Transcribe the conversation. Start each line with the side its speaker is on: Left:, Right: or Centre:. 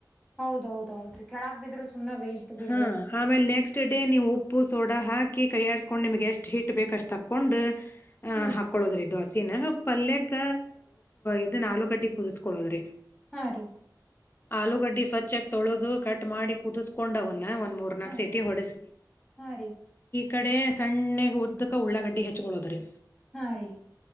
Centre: ಹೌದೌದ ಹೌದುೀ ಕೆಳಗ್ ಬಿದ್ರರು ಸುಮ್ ವೇಷ್ಟ್ ಬಿ
Left: ಹಾ ಆಮೇಲೆ ನೆಕ್ಸ್ಟ್ ಡೇ ನೀವು ಉಪ್ಪು ಸೋಡಾ ಹಾಕಿ ಕೈಯ್ಯಾಡಿಸಸ್ಕೊಂಡು ನಿಮ್ಗೆ ಎಷ್ಟು ಹಿಟ್ ಬೇಕು ಅಷ್ಟು ತಕೊಂಡು ಹ್
Centre: ಹ್ಮ್
Left: ಹಾಕೊಳ್ಳೋದ್ರಿ ದದು ಹಸಿನ ಪಲ್ಯಕ್ಕ ಇದು ನಾಲ್ು ಗಡ್ಡಿ ಕುದಿಸ್ಕಳೋದ್ರಿ
Centre: ಹಾ ರೀ
Left: ಆಲೂಗಡ್ಡಿ ಸ್ವಚ್ಛಾಗಿ ತೊಳೆದು ಕಟ್ ಮಾಡಿ ಕುದಿಸ್ಕೊಂಡವನು ಒಂದ್ ನಟಿ
Centre: ಹಾ ರೀ
Left: ಹೊ
Centre: ಹಾ ರೀ
Left: ಕಡೆ ಸಣ್ಣಗ್ ಒದ್ದಕ ಉಳ್ಳಾಗಡ್ಡಿ ಹೆಚ್ಚಕೊಳ್ಳೋದ್ರಿ
Centre: ಹಾ ರೀ